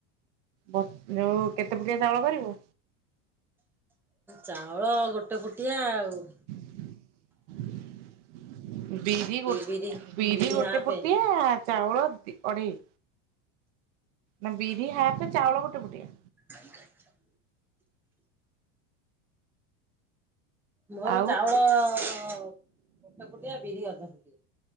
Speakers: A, on the right (about 70°); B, in the centre.
A: ବତୁରେଇବୁ, କେତେ ପୁଟିଆ ଚାଉଳ କରିବୁ?
B: ଚାଉଳ ଗୋଟେ ପୁଟିଆ ଆଉ।
A: <unintelligible> ବିରି ଗୋ
B: ବିରି
A: ବିରି ଗୋଟେ
B: ହାପେ
A: ପୁଟିଆ ଚାଉଳ ଅଢ଼େଇ ନା ବିରି ହାପ, ଚାଉଳ ଗୋଟେ ପୁଟିଆ?
B: <unintelligible> ମୋର
A: ଆଉ
B: ଚାଉଳ ଗୋଟେ ପୁଟିଆ ବିରି ଅଧ ପୁଟିଆ।